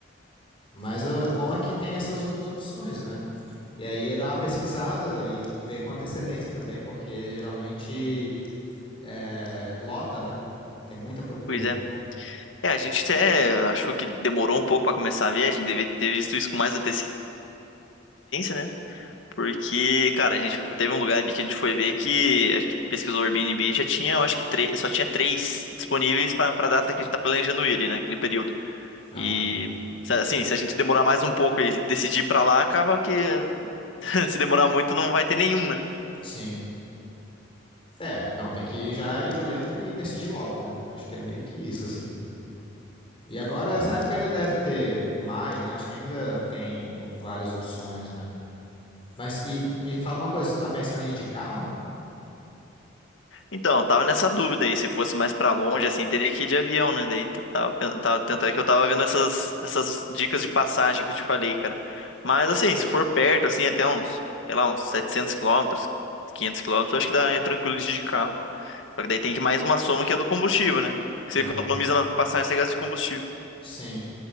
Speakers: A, on the left; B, on the left.
A: Mas o, o bom é que tem essas outras opções, né? E aí é dar uma pesquisada e ver com antecedência também, porque geralmente é, lota, né? Tem muita procura.
B: Pois é. É, a gente até achou que demorou um pouco pra começar a ver, a gente devia ter visto isso com mais antecedência, né? Porque, cara, a gente teve um lugar ali que a gente foi ver que a gente pesquisou o Airbnb e já tinha, eu acho que três, só tinha três disponíveis pra para data que a gente tá planejando ir, ali, né? Aquele período.
A: Aham.
B: E se- assim, se a gente demorar mais um pouco e decidir ir pra lá, acaba que <laughs> se demorar muito não vai ter nenhum, né?
A: Sim. É, não, tem que ir já ir olhando e decidir logo, né? Acho que é meio que isso, assim. E agora,
B: Uhum.
A: essa época ainda deve ter maio, né? Acho que ainda tem o- várias opções, né? Mas e, me fala uma coisa, tu tá pensando em ir de carro?
B: Então, eu tava nessa dúvida aí, se fosse mais pra longe, assim, teria que ir de avião, né? Daí t- tava, pen- tava, tanto é que eu tava vendo essas, essas dicas de passagem que eu te falei, cara. Mas, assim, se for perto, assim, até uns, sei lá, uns 700 quilômetros, 500 quilômetros, eu acho que dá, é tranquilo de ir de carro. Só que daí tem que mais uma soma que é do combustível, né? Que
A: Aham,
B: você economiza na passagem, você gasta de combustível.
A: sim.